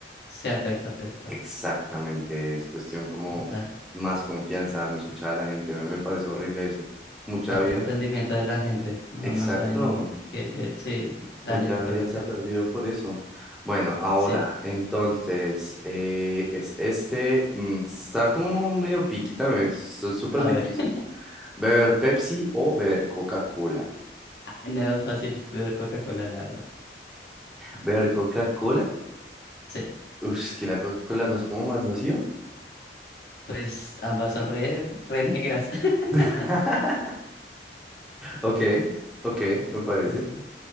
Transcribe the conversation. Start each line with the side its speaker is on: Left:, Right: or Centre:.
Left: Se afecta, afecta.
Centre: exactamente, es cuestión como
Left: Total.
Centre: más confianza, no escuchar a la gente. Me, me parece horrible eso. Mucha
Left: Falta
Centre: vida,
Left: de entendimiento de la gente. No,
Centre: exacto,
Left: no saben que, que sí, dale,
Centre: mucha
Left: te toca.
Centre: vida se ha perdido por eso. Bueno, ahora,
Left: Sí,
Centre: entonces, eh, es este, mm, está como medio piqui también, es súper
Left: a
Centre: difícil.
Left: ver. <laughs>
Centre: ¿Beber Pepsi o beber Coca-Cola?
Left: No es fácil beber Coca-Cola, la verdad.
Centre: ¿Beber Coca-Cola?
Left: Sí,
Centre: Uf, es que la Coca-Cola no es como más nociva.
Left: pues ambas son re, re negras. <laughs>
Centre: <laughs> Ok, ok, me parece.
Left: Sí, sí, sí.